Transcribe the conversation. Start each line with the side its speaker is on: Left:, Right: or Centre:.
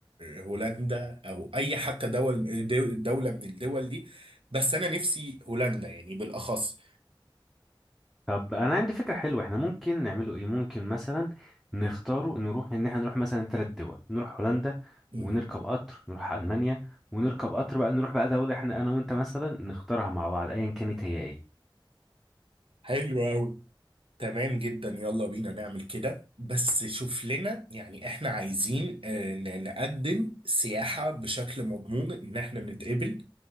Right: هولندا او اي حتى دول دول- دولة من الدول دي بس انا نفسي هولندا يعني بالاخص
Centre: طب انا عندي فكره حلوه احنا ممكن نعمله ايه ممكن مثلا نختاره نروح ان احنا نروح مثلا ثلاث دول نروح هولندا
Right: مم.
Centre: ونركب قطر نروح المانيا ونركب قطر بقى نروح بقى دوله احنا انا وانت مثلا نختارها مع بعض ايا كانت هي
Right: حلو قوي تمام جدا يلا بينا نعمل كده بس شوف لنا يعني احنا عايزين آه، ن- نقدم سياحة بشكل مضمون ان احنا نتقبل